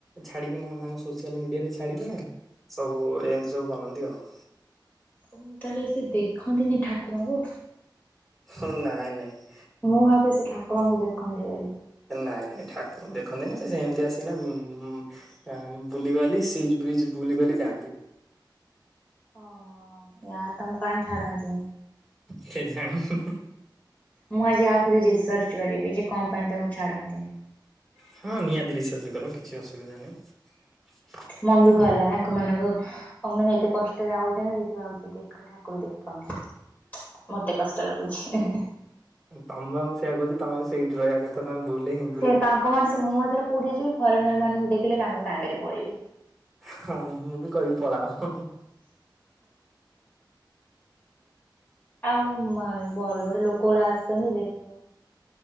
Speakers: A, in the centre; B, on the left.
A: ଛାଡିକିନା ତାଙ୍କୁ ସୋସିଆଲ ମିଡିଆରେ ଛାଡିକିନା ସବୁ ଏମିତି ସବୁ ବନନ୍ତି ଆଉ
B: ଓ ତାହେଲେ ସିଏ ଦେଖନ୍ତିନି ଠାକୁରଙ୍କୁ
A: ହୁଁ ନାଇଁ ନାଇଁ।
B: ମୁଁ ଭାବେ ସେ ଠାକୁରଙ୍କୁ ଦେଖନ୍ତି ବୋଲି।
A: ନାଇଁ ନାଇଁ ଠାକୁର ଦେଖନ୍ତିନି ସେ ସେମିତି ଆସିନା ଉଁ ହଁ ବୁଲିବାଲି ସିଚ ବିଚ ବୁଲିବାଲି ଯାଆନ୍ତି।
B: ଓହୋ ୟା ତମ କାଇହିଁ ଛାଡ଼ନ୍ତି।
A: କେଜାଣି?
B: ମୁଁ ଆଜି ଆ ଉପରେ ରିସର୍ଚ୍ଚ କରିବି ଯେ କଣ ପାଇଁ ତାଙ୍କୁ ଛାଡନ୍ତିନି?
A: ହଁ ନିହାତି ରିସର୍ଚ କର କିଛି ଅସୁବିଧା ନାହିଁ।
B: ମମି କହିଲା ତାଙ୍କ ମାନଙ୍କୁ ଆଉ ମାନେ ଏତେ କଷ୍ଟ ଯାଉଛନ୍ତି ଦେଖିଲା ବେଳକୁ ଠା ଠାକୁର ଦେଖିପାରୁନାହାନ୍ତି ମତେ କଷ୍ଟ ଲାଗୁଛି।
A: ତମେବା ମୁଁ ସେଇଆ କହୁଛି ତମେ ସେଇଠି ରହିବା କଥା ତମେ ଭୁଲରେ ହିଁ
B: ସେ ତାଙ୍କ ମାନ ମୁଁ ଏଥରେ ପୁରୀ ଯିବି ଫରେନର ମାନଙ୍କୁ ଦେଖିଲେ ତାଙ୍କ ସାଙ୍ଗରେ ପଳେଇବି।
A: ହଁ ମୁଁ ବି କହିବି ପଳାଅ।
B: ଆଉ ମେ ଭଲରେ ଲୋକ ଗୁଡା ଆସିୁଛନ୍ତି ଦେଖ